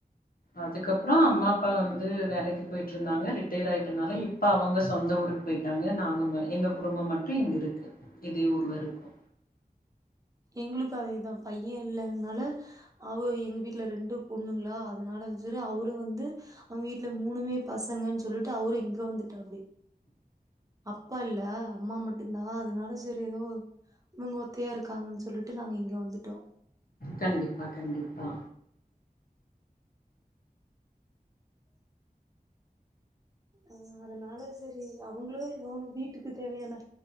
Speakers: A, on the left; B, on the right.
A: அதுக்கப்றோ அம்மா அப்பா வந்து வேலைக்கு போயிட்ருந்தாங்க ரிட்டையர் ஆயிட்டனால இப்போ அவங்க சொந்த ஊருக் போயிட்டாங்க நாங்க ம எங்க குடும்ப மட்டு இங்க இருக்கு இதே ஊர்ல இருக்கோ
B: எங்களுக்கு அதேதா பைய இல்லாதனால அவ எங்க வீட்ல ரெண்டு பொண்ணுங்ளா அதனால செரி அவரு வந்து அவ்ங்க வீட்ல மூணுமே பசங்கன் சொல்லிட்டு அவரு இங்க வந்துட்டாப்டி அப்பா இல்ல அம்மா மட்டுந்தா அதனால சேரி ப்ற எதோ இவுங்க ஒத்தையா இருக்காங்கன் சொல்லிட்டு நாங்க இங்க வந்துட்டோ
A: கண்டிப்பா கண்டிப்பா
B: ஆ அதனால செரி அவ்ங்களே எதாவ்து வீட்டுக்கு தேவையான